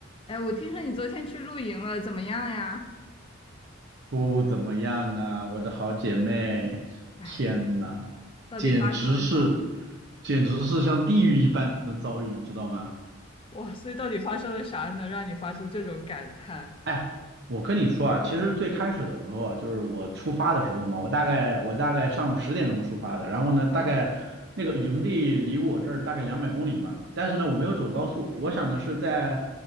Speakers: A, on the left; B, on the right.
A: 哎，我听说你昨天去露营了，怎么样呀？
B: 不怎么样啊，我的好姐妹，
A: 哎，
B: 天呐，
A: 到底发生了啥？
B: 简直是，简直是像地狱一般的遭遇，你知道吗？
A: 哇，所以到底发生了啥，能让你发出这种感叹？
B: 哎，我跟你说啊，其实最开始的时候啊，就是我出发的时候嘛，我大概我大概上午十点钟出发的，然后呢，
A: 啊，
B: 大概那个营地离我这儿大概两百公里嘛，但是呢，我没有走高速，
A: 嗯
B: 我想的是在